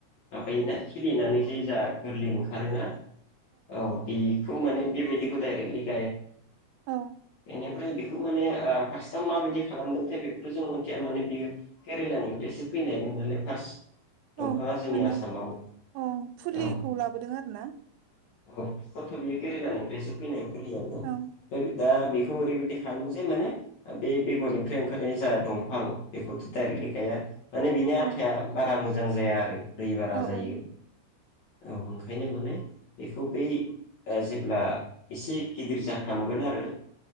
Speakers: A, on the left (about 70°); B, on the right (about 85°).
A: माबायोना खिलिनानै ज जा गोरलै ओंखारोना औ बेखौ माने बेबायदि <unintelligible>
B: औ
A: बेनिफ्राय बेखौ माने ओ फार्स्टआव माबायदि खालामदोंथाय बेखौथ' जों मिथिया माने बियो केेरेलानिफ्रायसो फैनाय नालाय फार्स दंफाङा
B: औ
A: जोंनि
B: माने
A: आसामाव
B: औ फुलिखौ
A: औ
B: लाबोदों आरो ना
A: औ थ' बेयो केरेलानिफ्रायसो फैनाय
B: औ
A: <unintelligible> दा बेखौ ओरैबायदि खालामानो जे माने बेगरनिफ्राय ओंखारनाय जा दंफां बेखौथ' दाइरेक्ट खाया माने बिनि आथाया
B: औ
A: बारा मोजां जाया आरो दै बारा
B: औ
A: जायो।
B: औ
A: औ ओंखायनो माने बेखौ बै ओ जेब्ला एसे गिदिर जाफ्रामगोन आरो